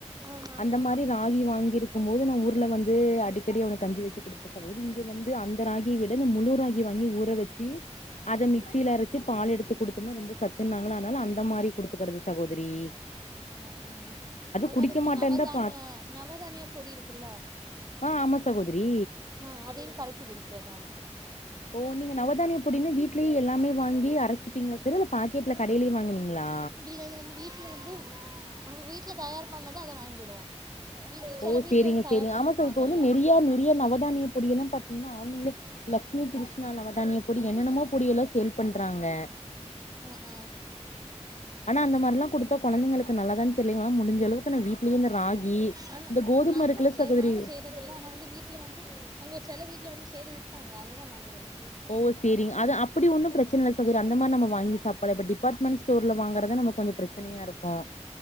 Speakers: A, on the right; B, on the left.
A: ஆமா ஆமா
B: அந்த மாரி ராகி வாங்கிருக்கும் போது நா ஊர்ல வந்து அடிக்கடி அவனுக்கு கஞ்சி வெச்சு குடுப்ப சகோதரி இங்க வந்து அந்த ராகிய விட இந்த முழு ராகி வாங்கி ஊற வெச்சு அத மிக்சியில அரச்சு பால் எடுத்து குடுத்தோம்னா ரொம்ப சத்துனாங்களா அதனால அந்த மாரி குடுத்துக்கறது சகோதரி <inaudible>
A: ஆ ஆ அது
B: குடிக்க
A: மாரி இந்த
B: மாட்டேன்தா
A: நவதானியா
B: பா
A: நவதானியா பொடி இருக்குல்லா
B: ஆ ஆமா சகோதரி
A: ஆ அதையு கரைக்கி குடுக்கறது தா அவளுக்கு
B: ஓ நீங்க நவதானிய பொடின்னு வீட்லயே எல்லாமே வாங்கி அரச்சுப்பீங்களா ச பா ட்ல கடையிலையே வாங்கினீங்களா
A: <inaudible> <inaudible> வந்து அவங்க வீட்ல தயார் பண்ணதா அத வாங்கிடுவோ வீ செல
B: ஓ
A: வீட்ல
B: சேரிங்க
A: எல்லா தயார்
B: சேரிங்க
A: பண்ணி
B: ஆமா
A: விப்பாங்கல்ல
B: சார் இப்ப வந்து நெறிய நெறிய நவதானிய பொடி எல்லா பாத்தீங்கன்னா ஆன்ல லக்ட்சுமி கிருஷ்ணா நமவதானிய பொடி என்னென்னமோ பொடி எல்லா சேல் பண்றாங்க
A: ஆ ஆ
B: ஆனா அந்த மாரில்லா குடுத்தா கொழந்தைங்களுக்கு நல்லாதானான்னு தெரிலிங்கள முடிஞ்ச அளவுக்கு நா வீட்லயே இந்த ராகி
A: ஆன
B: இந்த கோதும
A: நம்ம
B: இருக்குல
A: செய்
B: சகோதரி
A: நாங்க செய் வந்து வீட்ல வந்து அவங்க செல வீட்ல வந்து செய்து விப்பாங்க அததா வாங்கறது
B: ஓ சேரிங் அது அப்டி ஒன்னு பிரச்சன இல்ல சகோதரி அந்த மாரி நம்ம வாங்கி சாப் பல இப்ப டிப்பார்ட்மெண்ட் ஸ்டோர்ல வாங்கறதா நம கொஞ்சோ பிரச்சனைய இருக்கு